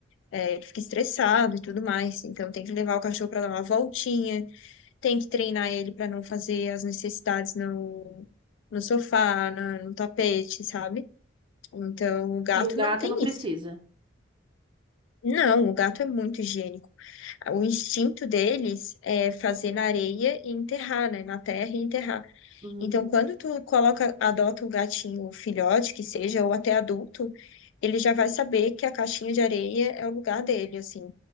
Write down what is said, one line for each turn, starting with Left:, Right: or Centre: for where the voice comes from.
Left: É, ele fica estressado e tudo mais. Então tem que levar o cachorro para dar uma voltinha, tem que treinar ele para não fazer as necessidades no, no sofá, na- no tapete, sabe? Então o gato
Right: E o gato
Left: não tem
Right: não precisa.
Left: isso. Não, o gato é muito higiênico. O instinto deles é fazer na areia e enterrar, né? Na terra e enterrar.
Right: Hum.
Left: Então, quando tu coloca, adota um gatinho filhote, que seja, ou até adulto, ele já vai saber que a caixinha de areia é o lugar dele, assim.